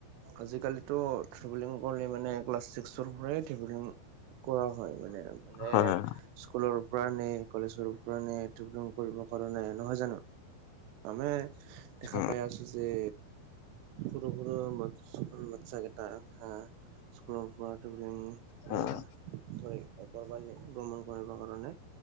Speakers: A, on the right; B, on the left.
A: আজিকালিতো ট্ৰেভেলিং কৰিলে মানে ক্লাছ ছিক্সৰ পৰাই ট্ৰেভেলিং কৰা হয় মানে, মানে
B: হয় হয়
A: স্কুলৰ পৰা নে, কলেজৰ পৰা নে, ট্ৰেভেলিং কৰিবৰ কাৰণে? নহয় জানো, আমে
B: হয়
A: দেখা পাই আছো যে সৰু-সৰু মাতছ বাচ্ছা কেইটা হাহ, <unintelligible> গপ ধব্লীয়ঙী
B: হয়
A: বা বৰ আগৰবাৰী ব্ৰহ্ম। কৰিব কাৰণে।